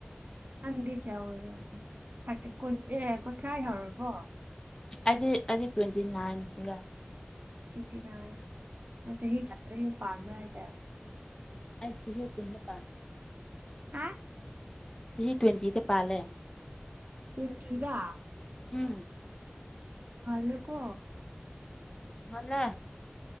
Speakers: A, on the right; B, on the left.
A: ꯅꯪꯗꯤ ꯀꯌꯥ ꯑꯣꯏꯔꯕꯅꯣ ꯊꯔꯇ ꯑꯦ ꯀꯨꯟꯊ꯭ꯔꯥ ꯌꯥꯎꯔꯕꯣ
B: ꯑꯩꯗꯤ ꯑꯩꯗꯤ ꯇ꯭ꯋꯦꯟꯇꯤ ꯅꯥꯏꯟ ꯄꯥꯏ
A: ꯁꯤ ꯃꯁ ꯍꯗ ꯐꯥꯔ ꯍꯥꯏꯦ
B: ꯑꯩꯁꯨ ꯍ ꯄꯨꯟꯅ ꯄꯥꯟ
A: ꯑ
B: ꯁꯤ ꯇ꯭ꯋꯦꯟꯇꯤꯗ ꯄꯥꯂꯦ
A: ꯎꯇꯤꯗꯥ
B: ꯎꯝ
A: ꯢꯁ ꯉꯟꯂꯦꯀꯣ
B: ꯉꯟꯂꯦ